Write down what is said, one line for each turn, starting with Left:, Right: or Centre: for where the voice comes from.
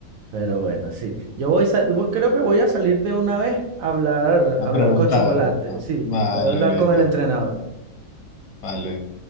Right: Pero bueno, sí. Yo voy, sa- voy- creo que voy a salir de una vez a hablar, a
Left: A
Right: hablar
Left: preguntar.
Right: con Chocolate.
Left: Ah,
Right: Sí,
Left: Vale,
Right: voy a hablar
Left: listo.
Right: con el entrenador.
Left: Vale.